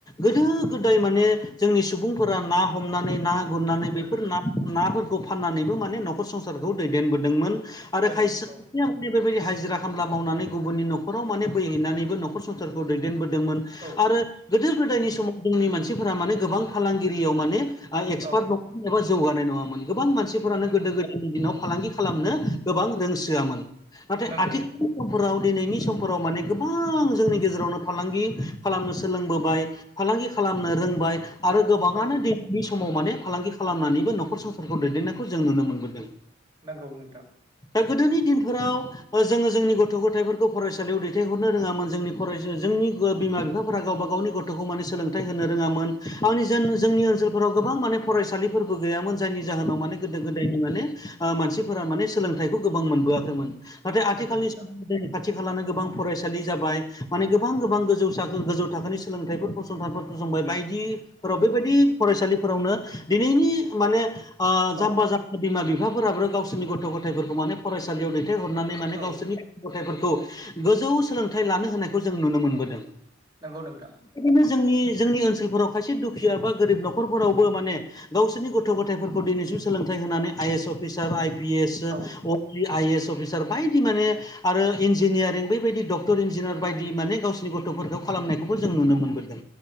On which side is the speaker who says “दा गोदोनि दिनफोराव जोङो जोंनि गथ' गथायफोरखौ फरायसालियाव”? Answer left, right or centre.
Left